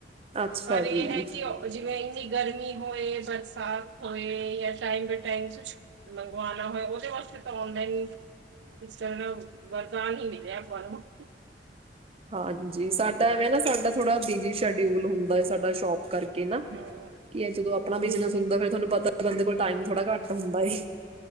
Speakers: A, on the right; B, on the right.
A: ਅੱਛਾ
B: ਪਰ ਇਹ
A: ਜੀ
B: ਹੈ ਕਿ ਉਹ ਜਿਵੇਂ ਗਰਮੀ ਹੋਏ, ਬਰਸਾਤ ਹੋਏ, ਜਾਂ ਟਾਈਮ ਬੇ ਟਾਈਮ ਕੁਛ ਖ਼ਾਣਾ ਹੋਏ ਉਹਦੇ ਵਾਸਤੇ ਤਾਂ ਨਹੀਂ, ਇੰਸਟਾਗ੍ਰਾਮ ਵਰਦਾਨ ਹੀ ਮਿਲਆ ਬਾਹਰੋ।
A: ਹਾਂਜੀ, ਸਾਡਾ ਇਵੇੈ ਨਾ, ਸਾਡਾ ਥੋੜਾ ਬਿਜੀ ਸ਼ਡਿਊਲ ਹੁੰਦਾ ਹੈ, ਸਾਡਾ ਸ਼ੋਪ ਕਰਕੇ ਇਨਾ
B: ਹਮ
A: ਕਿ ਇਹ ਜਦੋਂ ਆਪਣਾ ਬਿਜਨਸ
B: ਜੀ ਜੀ
A: ਹੁੰਦਾ ਫਿਰ ਤੁਹਾਨੂੰ ਪਤਾ ਬੰਦੇ ਕੋਲ ਟਾਈਮ ਥੋੜਾ ਘੱਟ ਹੁੰਦਾ ਏ।